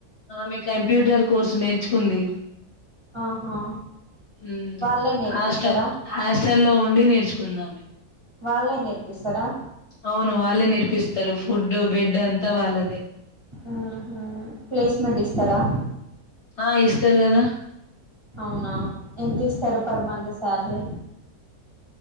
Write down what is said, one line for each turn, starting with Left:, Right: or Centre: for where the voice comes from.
Left: ఆమె కంప్యూటర్ కోర్స్ నేర్చు ఉంది
Right: ఆహా
Left: హు
Right: వాళ్ళే నేర్పిస్తారా
Left: హాస్టల్ హాస్టల్లో ఉండి నేర్చుకుంది ఆమె
Right: వాళ్ళే నేర్పిస్తరా
Left: అవును వాళ్ళే నేర్పిస్ తరు ఫుడ్డు బెడ్డు అంతా వాళ్ళదే
Right: ఊహూ ప్లేస్మెంట్ ఇస్తారా
Left: ఆ ఇస్తరు కదా
Right: అవునా ఎంత ఇస్తారు
Left: హ్మ్.
Right: ఫర్ మంత్ సాలరీ